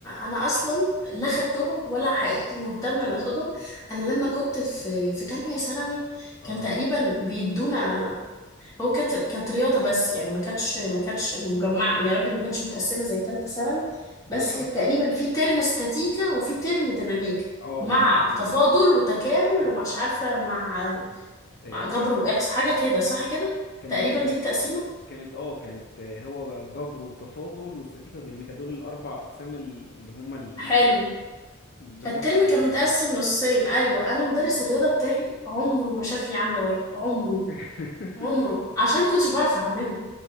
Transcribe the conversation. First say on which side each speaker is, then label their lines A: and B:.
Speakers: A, on the left (about 15°); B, on the left (about 50°).
A: انا اصلا لا خدتهم ولا حقيقي مهتم ان اخدهم انا لما كنت في في تانية ثانوي
B: اه
A: كان تقريبا بيدونا هو كانت كانت رياضة بس يعني ما كانتش ما كانتش مجمعة يا ربي ما كانتش متقسمة زي تالتة ثانوي
B: بالظبط
A: بس كانت تقريبا في ترم استاتيكا وفي ترم ديناميكا
B: اه
A: مع
B: ده حقيقي
A: تفاضل وتكامل ومش عارفة مع
B: إيه،
A: مع جبر
B: ك-
A: وإحصاء حاجة كده صح كده
B: كان
A: تقريبا
B: كان
A: دي التقسيمة
B: كانت اه كانت آه، هو جبر وتفاضل واستاتيكا وديناميكا دول الاربع اقسام اللي هم ال-
A: حلو
B: اللي
A: فالترم
B: هم الاساسيين
A: كان متقسم نصين أيوة أنا مدرس الرياضة بتاعي عمره ما شافني عاملة واجب عمره
B: <laughs>
A: عمره عشان ما كنتش بعرف أعمله